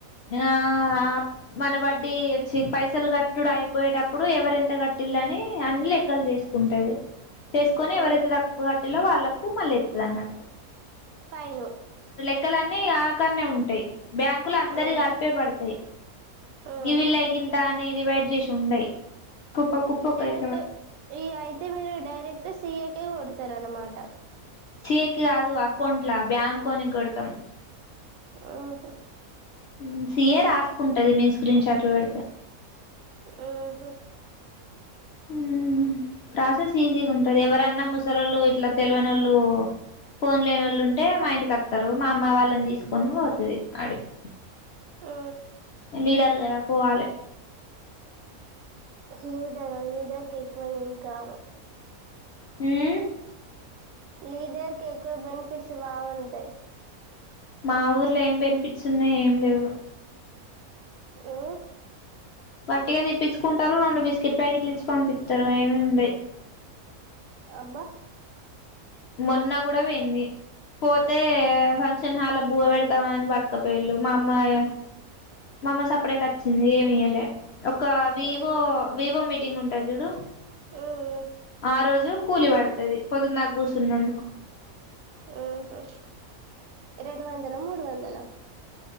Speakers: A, on the left (about 65°); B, on the right (about 70°).
A: ఆ ఆ మన వడ్డీ ఇచ్చి పైసలు కట్టుడు అయిపోయేటప్పుడు ఎవరెంత కట్టిల్లని అని లెక్కలు చేసుకుంటది చేసుకొని
B: ఉమ్హు.
A: ఎవరైతే తక్కువ కట్టిల్లో వాళ్ళక్ కు మలెత్తదన్నట్టు
B: ఫైను
A: క్కలన్నీ అమె కాడనే ఉంటాయి బ్యాంకుల అందరియి
B: ఉమ్,
A: కలిపే పడతాయి
B: ఉమ్.
A: గివల్గింత నీ డివైడ్ చేసి ఉండై కుప్ప కుప్ప తాయి
B: ఎక్తే అయితే మీరు డైరెక్ట్ సిఎ కే ఓడుతార అన్నమాట
A: సిఎ కి కాదు అకౌంట్లా బ్యాంక్ కొనికి కొడతాం
B: అహా
A: హు సిఏ రాస్ కుంటది మీన్ స్క్రీన్ షాట్ లో పెడితే
B: హూ
A: హూ ప్రాసెస్ ఈజీ ఉంటది ఎవరన్నా ముసలోళ్లు ఇట్లా తెల్వనోళ్లు ఫోన్ లేనోళ్లు ఉంటే మా ఇంటికి వస్తారు మా అమ్మ వాళ్లని తీసుకుని పోతది ఆడిక్
B: హూ
A: విడారుగాదా పోవాలి
B: లీడర్ లీడర్ క ఎక్కువ ఇంకావ
A: హుహ్
B: లీడర్కి ఎక్కువ బెనిఫిట్స్ బాగుంటాయి.
A: మా ఊర్లో ఏం బెనిఫిట్స్ ఉన్నాయి. ఏం లేవు
B: ఉహ్
A: వట్టిగా తెప్పించుకుంటారు. రెండు బిస్కెట్ ప్యాకెట్లు ఇచ్చి పంపిత్తరు. ఏముండయ్.
B: అబ్బా
A: మొన్న కూడా పోయింది. పోతే ఫంక్షన్ హాల్ల బువ పెడతామని పట్టుకపోయిళ్ళు. మా అమ్మ ఇగ మా అమ్మ సప్డేక్ వచ్చింది. ఏమియ్యలే ఒక వివో
B: ఊ
A: వివో మీ టింగ్ ఉంటది. జుడు
B: ఆహ్ ఆహ్
A: ఆ రోజు కూలి పడుతది. పొద్దున్దకాకుస్ సున్నాందుకు.
B: ఓహో రెండు వందల, మూడు వందల్ ల